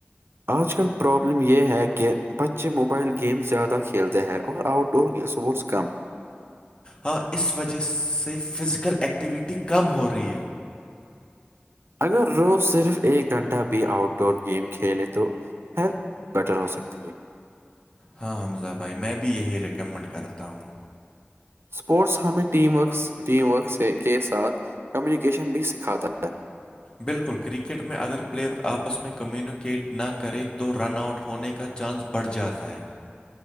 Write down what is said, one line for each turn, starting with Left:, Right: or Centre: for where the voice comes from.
Right: آج کل پرابلم یہ ہے کہ بچے موبائل گیم زیادہ کھیلتے ہیں اور آؤٹ ڈور س اسپورٹس کام
Left: ہاں اس وجہ سے فزیکل ایکٹیویٹی کم ہو رہی ہے
Right: اگر روز صرف ایک گھنٹہ بھی آؤٹ ڈور گیم کھیلے تو ہیلتھ بیٹر ہو سکتی ہے
Left: ہاں حمزہ بھائی میں بھی یہی ریکمنڈ کرتا ہوں
Right: اسپورٹس ہمیں ٹیم ورکس ٹیم ورک کے ساتھ کمیونیکیشن بھی سکھاتا ہے
Left: بالکل کرکٹ میں اگر پلیئر آپس میں کمیونکیٹ نہ کریں تو رن آؤٹ ہونے کے کا چانس بڑھ جاتا ہے